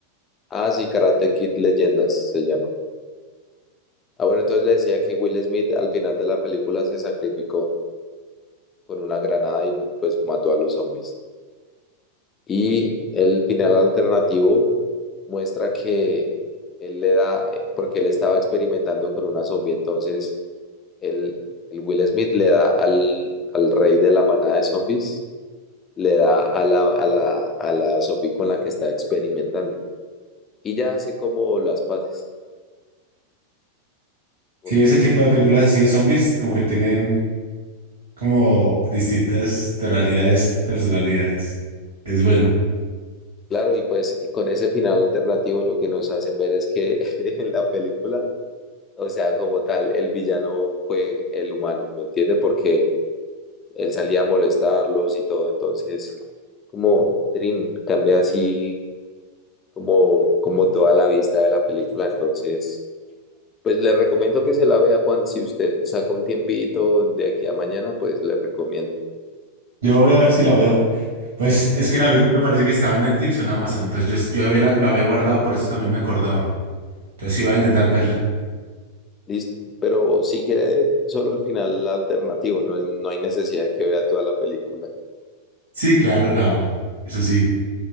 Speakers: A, on the left (about 25°); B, on the right (about 65°).
A: Ah, sí, Karate Kid Leyendas se llama. Ah, bueno, entonces le decía que Will Smith al final de la película se sacrificó con una granada y pues mató a los zombies. Y el final alternativo muestra que él le da, eh, porque él estaba experimentando con una zombie, entonces él, el Will Smith le da al, al rey de la manada de zombies, le da a la, a la, a la zombie con la que está experimentando. Y ya hace como las paces, porque
B: Sí, ese tipo de películas así de zombies, como que tienen como distintas tonalidades, personalidades. Es bueno.
A: claro, y pues eh, con ese final alternativo lo que nos hacen ver es que <laughs> en la película, o sea, como tal, el villano fue el humano, ¿me entiende? Porque él salía a molestarlos y todo, entonces... como Dream, cambia así como, como toda la vista de la película. Entonces, pues le recomiendo que se la vea, Juan. Si usted saca un tiempito de aquí a mañana, pues le recomiendo.
B: Yo voy a ver si la veo. Pues es que la vi, me parece que estaba en Netflix o en Amazon, entonces yo, yo había la- lo había guardado, por eso también me acordaba. Entonces iba a intentar verla.
A: Listo. Pero si quiere solo el final alternativo, no, es- no hay necesidad de que vea toda la película.
B: Sí, claro, no, eso sí.